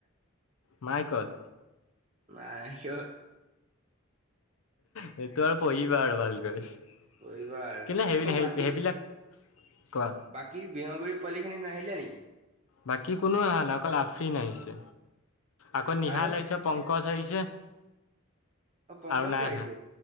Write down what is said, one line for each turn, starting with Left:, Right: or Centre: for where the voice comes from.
Left: মাইকত?
Right: মাইকত।
Left: সেইটো আৰু পঢ়িবা আৰু ভালকৈ। কিন্তু
Right: পঢ়িবা আৰু
Left: সেইবিলাক
Right: অ', বাকী
Left: সেইবিলাক কোৱা
Right: বাকী বিহগুৰি পোৱালিখিনি নাহিলে নেকি?
Left: বাকী কোনো আহা নাই অকল আফ্ৰিন আহিছে, আকৌ নিহাল
Right: আৰু
Left: আহিছে, পংকজ আহিছ
Right: অ', পংকজো
Left: আৰু নাই
Right: আহিছে
Left: আহা।